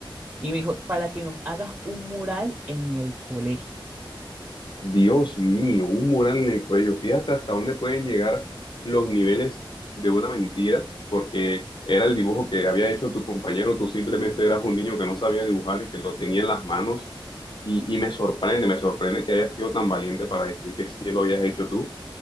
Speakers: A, on the right; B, on the left.
A: Y me dijo, para que nos hagas un mural en el colegio.
B: Dios mío, un mural en el cuello. Fíjate hasta dónde pueden llegar los niveles de una mentira, porque era el dibujo que había hecho tu compañero, tú simplemente eras un niño que no sabía dibujar y que lo tenía en las manos. Y, y me sorprende, me sorprende que hayas sido tan valiente para decir que sí lo habías hecho tú